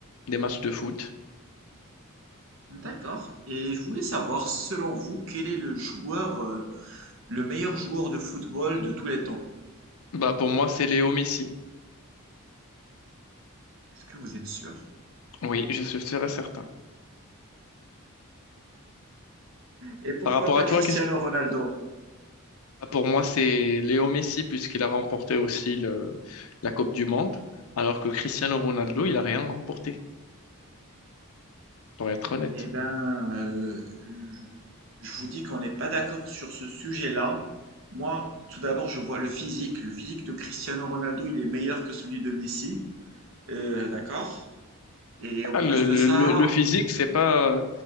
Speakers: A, on the left; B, on the right.
A: des matchs de foot.
B: D'accord. Et je voulais savoir, selon vous, quel est le joueur, euh, le meilleur joueur de football de tous les temps?
A: Bah pour moi, c'est Léo Messi.
B: Est-ce que vous êtes sûr?
A: Oui, je suis sûr et certain.
B: Et pourquoi
A: Par rapport
B: pas
A: à
B: Cristiano
A: toi, qu'est-ce que...
B: Ronaldo?
A: Bah, pour moi, c'est Léo Messi puisqu'il a remporté aussi le- la Coupe du Monde, alors que Cristiano Ronaldo, il a rien remporté, pour être honnête.
B: Eh ben, euh, je je vous dis qu'on n'est pas d'accord sur ce sujet-là. Moi, tout d'abord, je vois le physique. Le physique de Cristiano Ronaldo, il est meilleur que celui de Messi. Euh, d'accord? Et en
A: Ah,
B: plus
A: le,
B: de
A: le,
B: ça,
A: le, le physique, c'est pas,